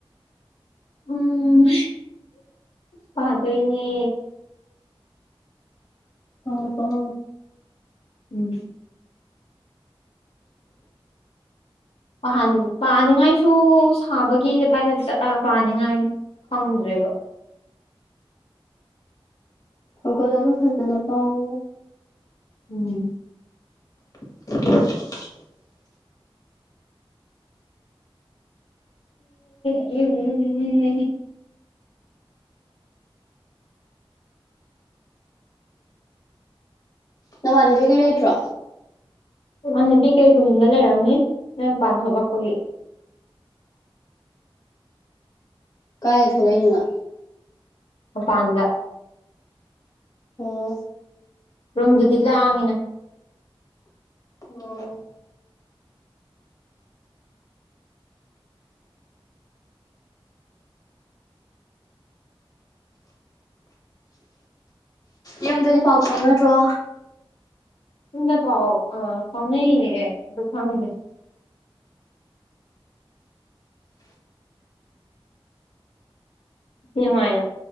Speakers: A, on the left; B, on the left.
A: ꯎꯝ ꯄꯥꯗꯣꯏꯅꯦ
B: ꯄꯥꯎ ꯄꯥꯎ
A: ꯎꯝ ꯥꯟ ꯄꯥꯅꯤꯉꯥꯏꯁꯨ ꯁꯥꯕꯒꯤ ꯑꯗꯨꯗꯥꯏꯗ ꯆꯠꯂ ꯄꯥꯅꯤꯡꯉꯥꯏ ꯍꯥꯎꯗ꯭ꯔꯦꯕ
B: ꯍꯧꯒꯠꯂꯒ ꯈꯛꯇꯗ ꯄꯥꯎ
A: ꯎꯝ
B: <inaudible>
A: <unintelligible>
B: ꯅꯃꯥꯟꯅꯕꯤꯉꯩ ꯂꯩꯇ꯭ꯔꯣ
A: ꯃꯃꯥꯅꯕꯤ ꯀꯩ ꯔꯨꯝꯗ ꯂꯩꯔꯝꯅꯤ ꯅꯪꯄꯥꯟ ꯊꯣꯛꯂꯛꯄꯒꯤ
B: ꯀꯥꯏ ꯊꯣꯛꯂꯛꯏꯅ
A: ꯃꯐꯥꯟꯗ
B: ꯑꯣ
A: ꯔꯝꯖꯗꯤ ꯂꯥꯡꯉꯤꯅ
B: ꯑꯣ ꯌꯨꯝꯗꯗꯤ ꯄꯥꯎ ꯐꯥꯎꯅꯗ꯭ꯔꯣ
A: ꯌꯨꯝꯗ ꯄꯥꯎ ꯑ ꯐꯥꯎꯅꯩꯌꯦ ꯑꯗꯨ ꯈꯪꯗꯦ ꯃꯤ ꯃꯥꯏꯅꯥ